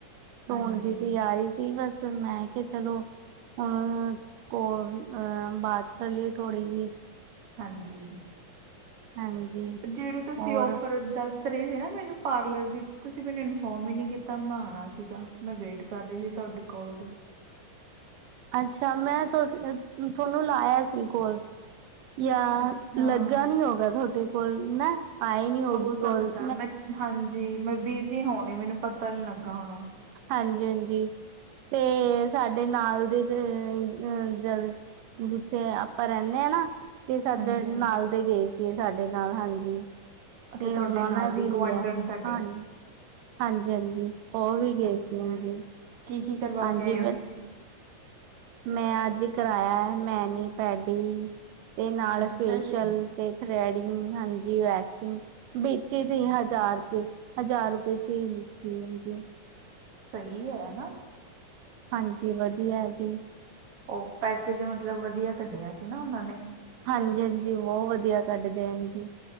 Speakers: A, on the right; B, on the right.
A: ਸੋਣ
B: ਹਾਂਜੀ,
A: ਦੀ ਤਿਆਰੀ ਸੀ, ਬਸ ਮੈਂ ਕੇ ਚਲੋ। ਹੁਣ ਕੋ ਅਹ ਬਾਤ ਕਰ ਲਈਏ ਥੋੜੀ ਜੀ।
B: ਹਾਂਜੀ।
A: ਹਾਂਜੀ।
B: ਜਿਹੜੀ ਤੁਸੀਂ
A: ਹੋਰ
B: ਔਫਰ ਦੱਸ ਰੇ ਸੀ ਨਾ ਮੈਨੂੰ ਪਾਰਲਰ ਦੀ, ਤੁਸੀਂ ਮੈਨੂੰ ਇਨਫੋਰਮ ਹੀ ਨੀ ਕੀਤਾ। ਮੈਂ ਆਉਣਾ ਸੀਗਾ, ਮੈਂ ਵੇਟ ਕਰ ਰਹੀ ਸੀ ਤੁਹਾਡੀੇ। ਕੋਲ ਦੀ।
A: ਅੱਛਾ ਮੈਂ ਤੁ ਤੁਹਾਨੂੰ ਲਾਇਆ ਸੀ, ਕੋਲ। ਜਾਂ
B: ਅੱਛਾ,
A: ਲੱਗਾ ਨੀ ਹੋਗਾ ਤੁਹਾਡੇ ਕੋਲ, ਨਾ। ਆਏ ਨੀ ਹੋਗੀ
B: ਹੋ
A: ਕੋਲ
B: ਸਕਦਾ ਮੈਂ ਹਾਂਜੀ, ਮੈਂ ਬਿਜ਼ੀ ਹੋਣੀ ਮੈਨੂੰ ਪਤਾ ਨੀ ਲੱਗਾ ਹੋਣਾ।
A: ਹਾਂਜੀ- ਹਾਂਜੀ, ਤੇ ਸਾਡੇ ਨਾਲ ਦੇ ਚ ਅ ਜਦ ਜਿੱਥੇ ਆਪਾਂ ਰਹਿੰਦੇ ਹਾਂ ਨਾ, ਤੇ ਸਾਡੇ
B: ਹਾਂਜੀ ਹਾਂਜੀ,
A: ਨਾਲ ਦੇ ਗਏ ਸੀ। ਸਾਡੇ ਨਾਲ ਹਾਂਜੀ, ਤੇ
B: ਅੱਛਾ ਤੁਹਾਡੇ
A: ਉਹਨਾ
B: ਨਾਲ
A: ਨੇ
B: ਦੀ
A: ਵੀ ਲਿਆ,
B: ਗੁਆਂਢਣ ਤੁਹਾਡੇ
A: ਹਾਂਜੀ। ਹਾਂਜੀ- ਹਾਂਜੀ ਉਹ ਵੀ
B: ਅੱਛਾ
A: ਗਏ
B: ਅੱਛਾ।
A: ਸੀ, ਹਾਂਜੀ।
B: ਕੀ- ਕੀ ਕਰਵਾ
A: ਹਾਂਜੀ
B: ਕੇ ਆਏ ਹੋ ਤੁਸੀਂ?
A: ਮੈਂ ਅੱਜ ਕਰਾਇਆ ਮੈਨੀ, ਪੈਡੀ ਤੇ ਨਾਲ
B: ਅੱਛਾ
A: ਫੇਸ਼ਅਲ
B: ਜੀ
A: ਤੇ ਥਰੈਡਿੰਗ ਹਾਂਜੀ, ਵੈਕਸਿੰਗ ਬਿਚ ਦੀ ਸੀ ਹਜ਼ਾਰ ਚ। ਹਜ਼ਾਰ ਰੁਪਏ ਚ ਹੀ ਲਿੱਤੀ ਜੀ।
B: ਸਹੀ ਹੈ, ਹਨਾ।
A: ਹਾਂਜੀ ਵਧੀਆ ਜੀ।
B: ਉਹ ਪੈਕੇਜ ਮਤਲਬ ਵਧੀਆ ਕੱਢਿਆ ਸੀ, ਨਾ ਉਹਨਾਂ ਨੇ।
A: ਹਾਂਜੀ- ਹਾਂਜੀ ਬਹੁਤ ਵਧੀਆ ਕੱਢ ਦੇ ਹੈ ਜੀ,